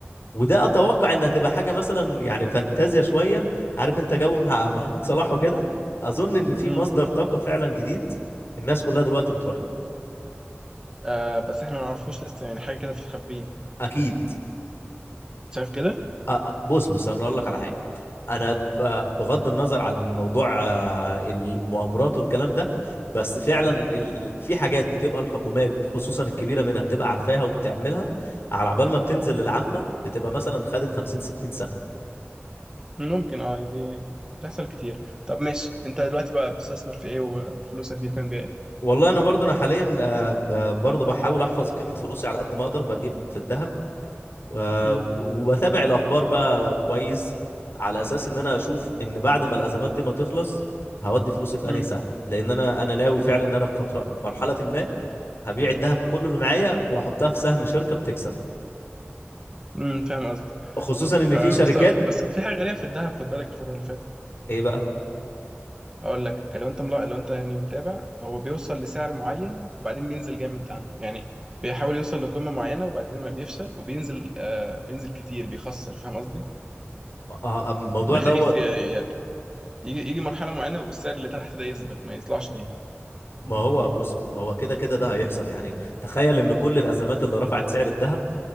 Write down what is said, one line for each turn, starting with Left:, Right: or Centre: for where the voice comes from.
Left: وده اتوقع انها تبقى حاجه مثلا يعني فانتازيا شويه عارف انت جو مع محمود صلاح وكده اظن ان في
Right: أمم.
Left: مصدر طاقه فعلا جديد الناس كلها دلوقتي بتروح له
Right: آه بس إحنا ما نعرفوش لسه يعني حاجة كده في الخبين
Left: اكيد
Right: شايف كده؟
Left: آه، آه، بص بص انا اقول لك على حاجه انا آه، بغض النظر عن موضوع آه، المؤامرات والكلام ده بس فعلا ال- في حاجات بتبقى الحكومات خصوصا الكبيره منها بتبقى عارفاها وبتعملها على عبال ما بتنزل للعامه بتبقى مثلا خدت 50 60 سنه
Right: ممكن اه دي بتحصل كتير طب ماشي انت دلوقتي بقى بتستثمر في ايه وفلوسك دي بتعمل بيها ايه
Left: والله انا برضو انا حاليا آه، ب- برضو بحاول احفظ قيمه فلوسي على قد ما اقدر بجيب في الذهب آه،
Right: امم
Left: وبتابع الاخبار بقى كويس على اساس ان انا اشوف ان بعد ما الازمات دي ما تخلص هودي فلوسي في
Right: امم
Left: انهي سهم لان انا انا ناوي فعلا ان انا في فتره مرحله ما هبيع الذهب كله اللي معايا واحطها في سهم شركه بتكسب
Right: امم فاهم قصدك
Left: خصوصا ان
Right: آه
Left: في شركات
Right: بس بس في حاجه غريبه في الذهب خد بالك الفتره اللي فاتت
Left: ايه بقى
Right: هقول لك لو انت ملا... لو انت يعني متابع هو بيوصل لسعر معين وبعدين بينزل جامد عنه يعني بيحاول يوصل لقمه معينه وبعدين ما بيفشل وبينزل آه بينزل كتير بيخسر فاهم قصدي
Left: آه، آه، الموضوع
Right: فانا
Left: ده
Right: خايف
Left: هو
Right: ي- يعني يجي يجي مرحله معينه والسعر اللي تحت ده يثبت ما يطلعش تاني
Left: ما هو بص هو كده كده ده هيحصل يعني تخيل ان كل الازمات اللي رفعت سعر الذهب